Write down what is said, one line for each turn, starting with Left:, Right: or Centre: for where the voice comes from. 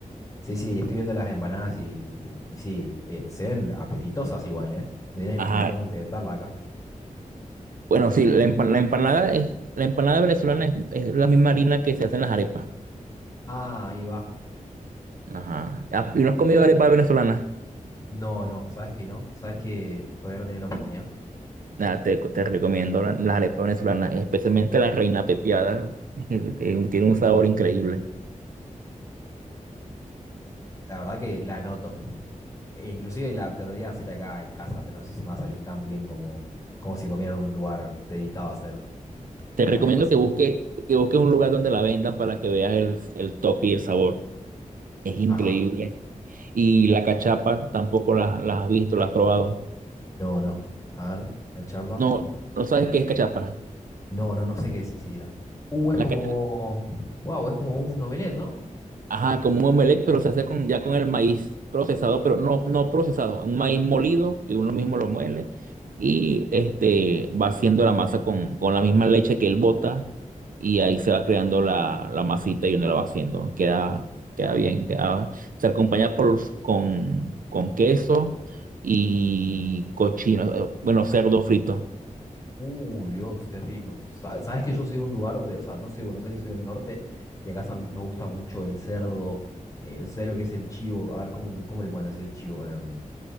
Left: Sí, sí, estoy viendo las empanadas y, y- y sí, eh, se ven apetitosas igual, ¿eh? Deberíamos,
Right: Ajá.
Left: deberíamos implementarla acá.
Right: Bueno, sí, la, empa- la empanada es, la empanada venezolana es, es la misma harina que se hacen las arepas.
Left: Ah, ahí va.
Right: Ajá. Ah, ¿Y no has comido arepa venezolana?
Left: No, no, ¿sabes qué no? ¿Sabes que todavía no tiene la oportunidad?
Right: Nada, te, te recomiendo la- las arepas venezolanas, especialmente la reina pepiada. <laughs> Tiene tiene un sabor increíble.
Left: La verdad que la anoto. E inclusive la trataría de hacer acá en casa, pero no sé si me va a salir tan bien como, como si comiera en un lugar dedicado a hacer
Right: Te recomiendo
Left: arepas.
Right: que busques que busques un lugar donde la vendan para que veas el, el toque y el sabor. Es increíble.
Left: Ajá.
Right: Y la cachapa tampoco la, la has visto, la has probado.
Left: No, no. A ver, cachapa.
Right: No, no sabes qué es cachapa.
Left: No, no, no sé qué es ni siquiera. Uh, es
Right: La
Left: como...
Right: cachapa.
Left: Wow, es como un novelet, ¿no?
Right: Ajá, como un omelette, pero se hace con, ya con el maíz procesado, pero no, no procesado, un maíz molido que uno mismo lo muele y este va haciendo la masa con, con la misma leche que él bota y ahí se va creando la, la masita y uno la va haciendo. Queda, queda bien, queda, se acompaña por, con, con queso y cochino, eh, bueno, cerdo frito.
Left: Uy, Dios, qué rico. Sa- Sabes que yo soy de un lugar de, o sea, no soy de Buenos Aires, soy del norte, y acá sa- nos gusta mucho el cerdo, eh, no sé lo que es el chivo, a ver cómo, cómo le pueden decir el chivo. em,